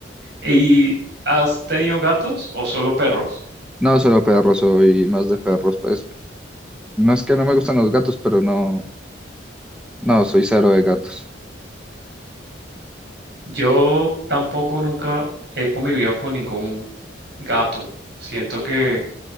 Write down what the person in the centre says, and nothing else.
No, solo perro, soy más de perros, pues. No es que no me gustan los gatos, pero no, no, soy cero de gatos.